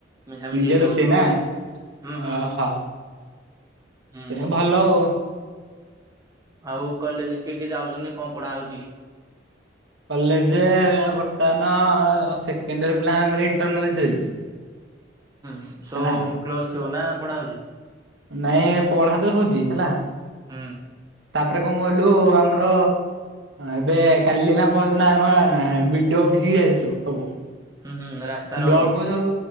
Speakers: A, on the right (about 20°); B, on the right (about 70°).
A: ମିଶାମିଶି
B: ନିଜେ
A: ହେଇକି
B: ରୋଷେଇ
A: ହଉଛୁ
B: ନା
A: ହୁଁ
B: ଓହୋ
A: ହୁଁ। ହୁଁ
B: ସେ ଭଲ ଆଉ।
A: ଆଉ କଲେଜ କିଏ, କିଏ ଯାଉଛନ୍ତି କଁ ପଢା ହଉଛି।
B: କଲେଜ ବର୍ତ୍ତମାନ ସେକେଣ୍ଡ ଇୟର ପିଲା ମାନଙ୍କର ଇଣ୍ଟରନାଲ ଚାଲିଛି।
A: ହୁଁ ସବୁ
B: ହେଲା
A: କ୍ଲୋଜ ଥିବ ନା ପଢା ହଉଛି।
B: ନାଇଁ ଏ ପଢା ତ ହଉଛି ହେଲା।
A: ହୁଁ।
B: ତାପ୍ରେ କଁ କହିଲୁ ଆମର ଏବେ କାଲି ନା ପହର୍ ଦିନ ଆମେ ଆଁ- ବିଡୁଅ ଅଫିସ୍ କୁ ଯାଇଥିଲୁ ସବୁ।
A: ହୁଁ ହୁଁ ରା ରୋକ
B: ବ୍ଲକ୍ କୁ ସବୁ